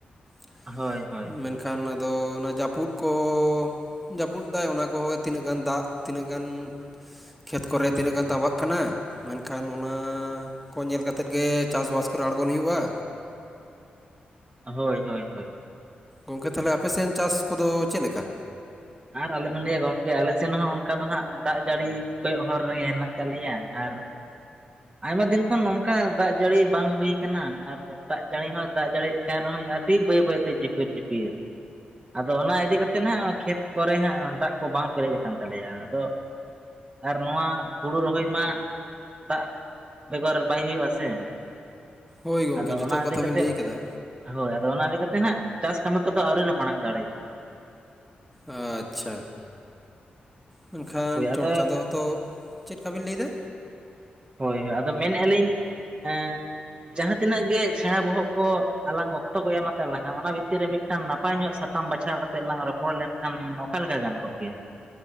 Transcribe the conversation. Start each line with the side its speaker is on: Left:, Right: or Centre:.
Centre: <unintelligible>
Right: ᱦᱳᱭ ᱦᱳᱭ
Centre: ᱮᱱ ᱠᱷᱟᱱ ᱟᱫᱚ ᱚᱱᱟ ᱡᱟᱹᱯᱩᱫ ᱠᱚ ᱡᱟᱹᱯᱩᱫ ᱫᱟᱭ ᱚᱱᱟ ᱠᱚ ᱦᱚᱸᱼᱼ ᱛᱤᱱᱟᱹᱜ ᱜᱟᱱ ᱫᱟᱜ ᱛᱤᱱᱟᱹᱜ ᱜᱟᱱ ᱠᱷᱮᱛ ᱠᱚ ᱨᱮ ᱛᱤᱱᱟᱹᱜ ᱜᱟᱱ ᱛᱟᱵᱟᱜ ᱠᱟᱱᱟ ᱢᱮᱱ ᱠᱷᱟᱱ ᱚᱱᱟ ᱠᱚ ᱧᱮᱞ ᱠᱟᱛᱮᱫ ᱜᱮ ᱪᱟᱥ ᱵᱟᱥ ᱠᱚ ᱨᱮ ᱟᱬᱜᱚᱱ ᱦᱩᱭᱩᱜᱼᱟ
Right: ᱦᱳᱭ ᱦᱳᱭ ᱦᱳᱭ
Centre: ᱜᱚᱝᱠᱮ ᱛᱟᱦᱚᱞᱮ ᱟᱯᱮᱥᱮᱱ ᱪᱟᱥ ᱠᱚᱫᱚ ᱪᱮᱫ ᱞᱮᱠᱟ?
Right: ᱟᱨ ᱟᱞᱚᱵᱮᱱ ᱞᱟᱹᱭᱟ ᱜᱚᱝᱠᱮ ᱟᱞᱮ ᱥᱮᱱ ᱦᱚᱸ ᱚᱱᱠᱟ ᱫᱚ ᱦᱟᱸᱜ ᱫᱟᱜ ᱡᱟᱹᱲᱤ ᱠᱚᱭᱚᱜ ᱦᱚᱨ ᱨᱮᱜᱮ ᱦᱮᱱᱟᱜ ᱟᱠᱟᱫ ᱞᱮᱭᱟ ᱟᱨ ᱟᱭᱢᱟ ᱫᱤᱱ ᱠᱷᱚᱱ ᱱᱚᱝᱠᱟ ᱫᱟᱜ ᱡᱟᱹᱲᱤ ᱵᱟᱝ ᱦᱩᱭ ᱠᱟᱱᱟ ᱟᱨ ᱫᱟᱜ ᱡᱟᱹᱲᱤ ᱦᱚᱸ ᱫᱟᱜ ᱡᱟᱹᱲᱤ ᱠᱟᱱ ᱨᱮᱦᱚᱭ ᱟᱹᱰᱤ ᱵᱟᱹᱭ ᱵᱟᱹᱭᱛᱮ ᱡᱷᱤᱯᱤᱨ ᱡᱷᱤᱯᱤᱨ ᱟᱫᱚ ᱚᱱᱟ ᱤᱫᱤ ᱠᱟᱛᱮᱜ ᱱᱟᱦᱟᱸᱜ ᱠᱷᱮᱛ ᱠᱚᱨᱮ ᱦᱟᱸᱜ ᱫᱟᱜ ᱠᱚ ᱵᱟᱝ ᱯᱮᱨᱮᱡ ᱟᱠᱟᱱ ᱛᱟᱞᱮᱭᱟ ᱟᱫᱚ ᱟᱨ ᱱᱚᱣᱟ ᱦᱩᱲᱩ ᱨᱚᱦᱚᱭ ᱢᱟ ᱫᱟᱜ ᱵᱮᱜᱚᱨ ᱵᱟᱭ ᱦᱩᱭᱩᱜᱼᱟ ᱥᱮ
Centre: ᱦᱳᱭ ᱜᱚᱝᱠᱮ
Right: ᱟᱫᱚ
Centre: ᱡᱚᱛᱷᱟᱛ
Right: ᱚᱱᱟ ᱤᱫᱤ
Centre: ᱠᱟᱛᱷᱟ
Right: ᱠᱟᱛᱮᱫ
Centre: ᱵᱤᱱ ᱞᱟᱹᱭ ᱠᱟᱫᱟ
Right: ᱦᱳᱭ ᱟᱫᱚ ᱚᱱᱟ ᱤᱫᱤ ᱠᱟᱛᱮ ᱱᱟᱸᱜ ᱪᱟᱥ ᱠᱟᱹᱢᱤ ᱠᱚᱫᱚ ᱟᱹᱣᱨᱤ ᱞᱮ ᱢᱟᱲᱟᱝ ᱫᱟᱲᱮᱭᱟᱜᱼᱟ
Centre: ᱟᱪᱪᱷᱟ ᱢᱮᱱᱠᱷᱟᱱ
Right: ᱦᱳᱭ ᱟᱫᱚ
Centre: ᱪᱚᱴ ᱪᱟᱸᱫᱳ ᱛᱚ ᱪᱮᱫᱠᱟᱵᱤᱱ ᱞᱟᱹᱭᱫᱟ
Right: ᱦᱳᱭ ᱦᱳᱭ ᱟᱫᱚ ᱢᱮᱱᱮᱜᱼᱟ ᱞᱤᱧ ᱮᱸ ᱡᱟᱦᱟᱸ ᱛᱤᱱᱟᱹᱜ ᱜᱮ ᱪᱷᱟᱭᱟ ᱵᱚᱦᱚᱜ ᱠᱚ ᱟᱞᱟᱝ ᱚᱠᱛᱚ ᱠᱚ ᱮᱢ ᱟᱠᱟᱫ ᱞᱟᱝᱟ ᱚᱱᱟ ᱵᱷᱤᱛᱤᱨ ᱨᱮ ᱢᱤᱫ ᱢᱤᱫᱴᱟᱝ ᱱᱟᱯᱟᱭ ᱧᱚᱜ ᱥᱟᱛᱟᱢ ᱵᱟᱪᱷᱟᱣ ᱠᱟᱛᱮ ᱞᱟᱝ ᱨᱚᱯᱚᱲ ᱞᱮᱱᱠᱷᱟᱱ ᱚᱠᱟ ᱞᱮᱠᱟ ᱜᱟᱱ ᱠᱚᱜ ᱠᱮᱭᱟ